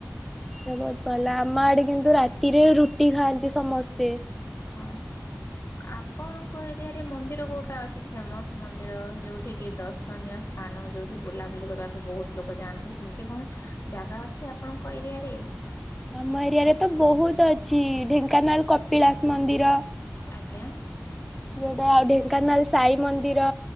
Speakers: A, in the centre; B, on the left (about 60°).
A: ସେ ବହୁତ ଭଲ ଆମ ଆଡେ କିନ୍ତୁ ରାତିରେ ରୁଟି ଖାଆନ୍ତି ସମସ୍ତେ
B: ହଁ ଆପଣଙ୍କ ଏରିଆରେ ମନ୍ଦିର କୋଉଟା ଅଛି ଫେମସ୍ ମନ୍ଦିର ଯୋଉଠ କିି ଦର୍ଶନୀୟ ସ୍ଥାନ ଯଉଠି ବୁଲାବୁଲି କରିବାକୁ ବହୁତ ଲୋକ ଯାଆନ୍ତି ସେମିତି କଣ ଜାଗା ଅଛି ଆପଣଙ୍କ ଏରିଆରେ?
A: ଆମ ଏରିଆରେ ତ ବହୁତ ଅଛି ଢେଙ୍କାନାଳ କପିଳାସ ମନ୍ଦିର
B: ଆଜ୍ଞା।।
A: ଯିବା ଆଉ ଢେଙ୍କାନାଲ ସାଇ ମନ୍ଦିର